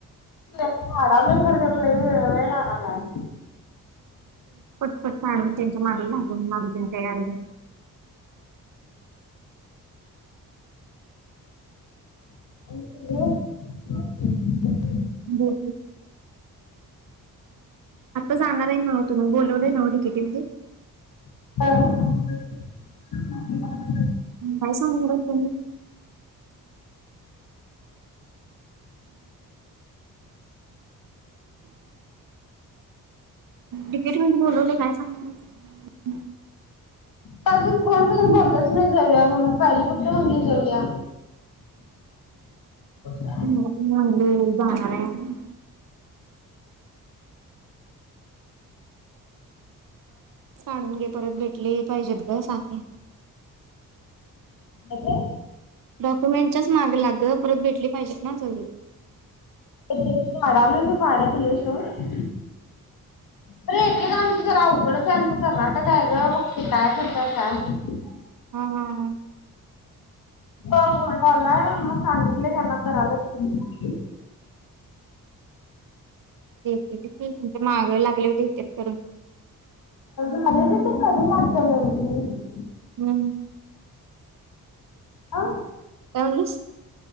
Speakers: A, on the left; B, on the right.
A: काढालोय खरं त्याला लय वेळ लागलाय
B: मॅड त्यांच्या मगला लागून मारती काहीड
A: <inaudible>
B: दो. जाणार आहे नव तुम्ही बोलवलं आहे नव तिकिटी म
A: हा <inaudible>
B: काय सांगू बाई <unintelligible> <inaudible> तिकीट म्हे बोलवले काय सांगणार ये?
A: त्या अजून कोण काय बोलचं नाही जाऊया म्हणून? पहिले फक्त म्हंली जाऊया
B: <unintelligible>
A: <inaudible>
B: जाणार ये आम्ही काढून घे परत भेटले पाहिजेत ग सांग?
A: काय ते
B: डॉक्युमेंटच्याच माग लागल परत भेटली पाहिजेत ना सगळी
A: ते काढाल मी काडा दिलय सोड अरे एके आमचं जरा अवघडच आमचं कर्नाटक आहे ग मग ते काय करतय काय माहित?
B: हा हा हा
A: बघ मला मग सांगितलं त्यांना कारलात त्यांनी
B: देतील की त्यांच्या माग लागल्यावर देतात करून
A: झाल्यात ग कधी लागत्यात <unintelligible>
B: हम्म
A: आ
B: काय म्हणलीस